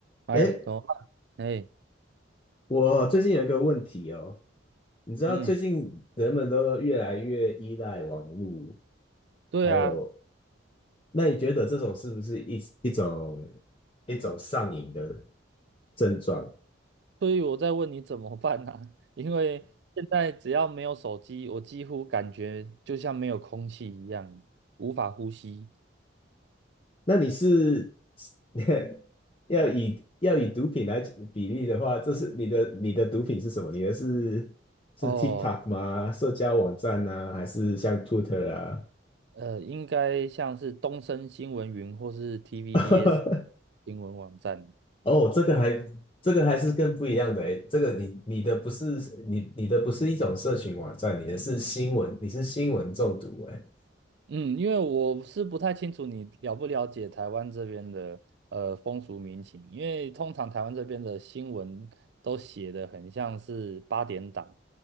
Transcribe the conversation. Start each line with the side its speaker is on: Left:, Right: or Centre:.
Right: 哎呀，
Left: 诶，
Right: 怎么办？哎，
Left: 我最近有一个问题哦，你知道最近人们都越来越依赖网络，
Right: 嗯，对啊，
Left: 还有，那你觉得这种是不是一一种一种上瘾的症状？
Right: 所以我在问你怎么办呢、<laughs> 因为现在只要没有手机，我几乎感觉就像没有空气一样，无法呼吸。
Left: 那你是 <laughs> 要以要以毒品来比例的话，这是你的你的毒品是什么？你的是是
Right: 哦，
Left: TikTok 吗？社交网站呢、还是像 Twitter 啊？
Right: 呃，应该像是东森新闻云或是 TVBS
Left: <laughs>
Right: 新闻网站。
Left: 哦，这个还这个还是更不一样的诶，这个你你的不是你你的不是一种社群网站，你的是新闻，你是新闻中毒诶。
Right: 嗯，因为我是不太清楚你了不了解台湾这边的呃风俗民情，因为通常台湾这边的新闻都写的很像是八点档，